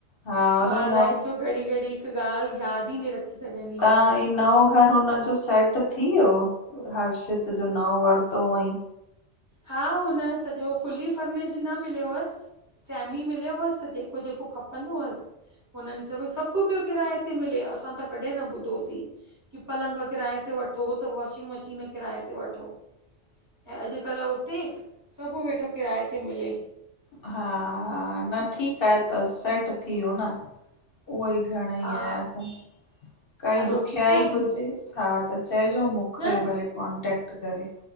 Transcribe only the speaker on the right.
मां अलाए
छो अचो घड़ी घड़ी ॻाल्हि याद ही न रखी सघंदी
आहियां।
हा हुन यो सॼो फुली फर्निशड न मिलयो वस सैमी मिलयो हुअस त जेको जेको खपंदो हुयस हुननन सभ सभ पयो किराए ते मिले असां त कॾहिं न ॿुधोसीं की पलंग किराए ते वठो त वाशिंग मशीन किराए ते वठो ऐं अॼ अॼकल उते सभ वेठो किराए ते मिले।
हा
हलो
ठीकु आहे
न